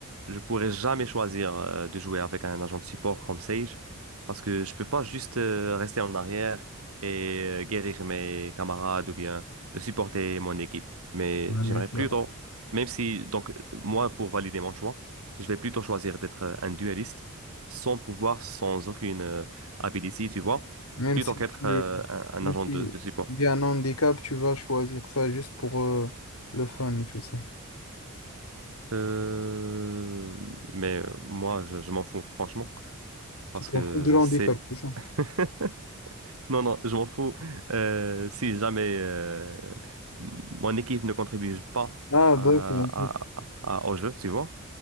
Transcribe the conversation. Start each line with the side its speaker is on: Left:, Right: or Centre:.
Right: je pourrais jamais choisir euh, de jouer avec un agent de support comme Sage parce que je peux pas juste euh, rester en arrière et euh, guérir mes camarades ou bien de supporter mon équipe. Mais
Left: On va
Right: j'aimerais
Left: mettre
Right: plutôt,
Left: là.
Right: même si, donc, moi, pour valider mon choix, je vais plutôt choisir d'être euh, un dueliste sans pouvoir, sans aucune euh, ability, tu vois,
Left: Même
Right: plutôt
Left: si
Right: qu'être
Left: tu,
Right: euh, un, un
Left: même
Right: agent
Left: si
Right: de de support.
Left: il y a un handicap, tu vas choisir ça juste pour euh, le fun et tout ça.
Right: Euh, mais euh, moi, je, je m'en fous, franchement, parce
Left: Tu t'en
Right: que
Left: fous de l'handicap,
Right: c'est...
Left: c'est ça?
Right: <laughs> Non, non, je m'en fous. Euh, si jamais euh, mon équipe ne contribue pas
Left: Ah,
Right: à,
Left: d'accord.
Right: à- à- au jeu, tu vois.